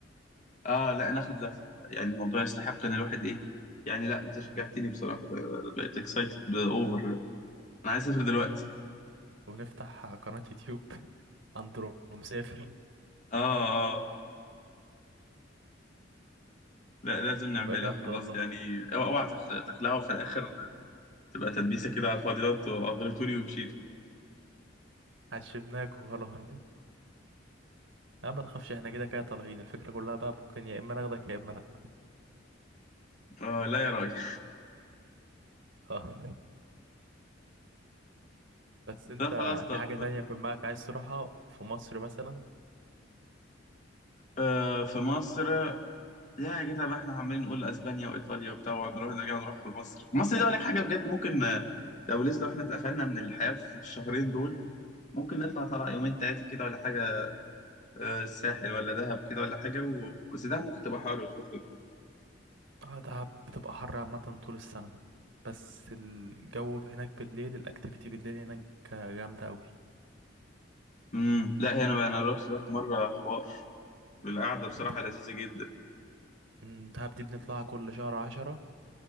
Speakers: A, on the left (about 40°); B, on the right (about 80°).
A: اه لا ناخد لفة بقى يعني الموضوع يستحق ان الواحد ايه يعني لا انت شجعتني بصراحة أه، بقيت اكسايتد اوفر انا عايز اسافر دلوقتي
B: ونفتح قناة يوتيوب <laughs> أندرو مسافر
A: اه اه لا لازم نعملها
B: هتبقى جامدة
A: خلاص
B: والله
A: يعني اوعى اوعى تخ- تخلعوا في الاخر تبقى تدبيسة كده على الفاضي لو انتوا اغريتوني ومشيتوا
B: عشبناك وخلاص لا ما تخافش احنا كده كده طالعين الفكرة كلها بقى ممكن يا إما ناخدك يا إما لأ
A: اه لا يا راجل
B: <laughs> آه. بس أنت
A: ده خلاص طب
B: في حاجة تانية في دماغك عايز تروحها في مصر مثلا
A: آه في مصر لا يا جدع بقى احنا عمالين نقول اسبانيا وايطاليا وبتاع ونروح نرجع نروح في مصر مصر دي اقول لك حاجه بجد ممكن آه، لو لسه لو احنا اتقفلنا من الحياه في الشهرين دول ممكن نطلع طلع يومين ثلاثه كده ولا حاجه آه، الساحل ولا دهب كده ولا حاجه و... بس دهب ممكن تبقى حر الفتره دي
B: آه، دهب بتبقى حر عامة طول السنة بس الجو هناك بالليل الأكتيفيتي بالليل هناك جامدة أوي
A: امم لا هي انا بقى انا رحت دهب مره حوار القعده
B: مم،
A: بصراحه
B: د-
A: لذيذه جدا
B: مم، دهب دي بنطلعها كل شهر عشرة